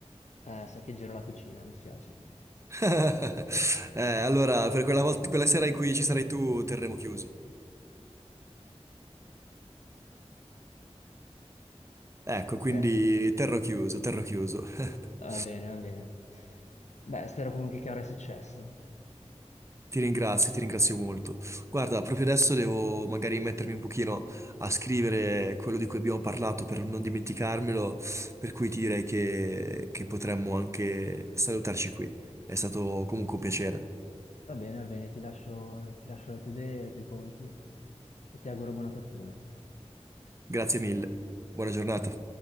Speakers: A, on the left; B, on the right.
A: eh, saccheggerò la cucina, mi spiace.
B: <laughs> Eh, allora, per quella volta, quella sera in cui ci sarai tu, terremo chiuso. Ecco,
A: Ok,
B: quindi terrò chiuso, terrò chiuso. <laughs>
A: va bene, va bene. Beh, spero comunque che avrai successo.
B: Ti ringrazio, ti ringrazio molto. Guarda, proprio adesso devo magari mettermi un pochino a scrivere quello di cui abbiamo parlato per non dimenticarmelo, per cui ti direi che, che potremmo anche salutarci qui. È stato comunque un piacere.
A: Va bene, va bene, ti lascio, ti lascio le tue idee, i tuoi conti e ti auguro buona fortuna.
B: Grazie mille. Buona giornata.